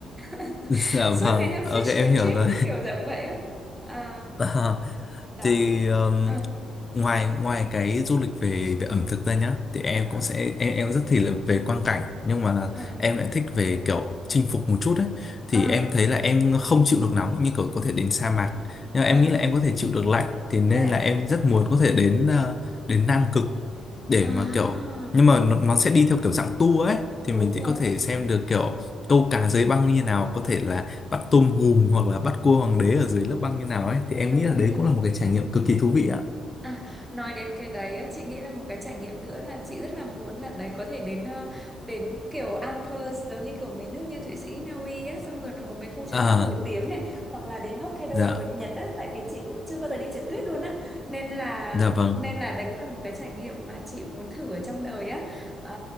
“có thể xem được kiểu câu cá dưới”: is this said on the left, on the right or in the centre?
Left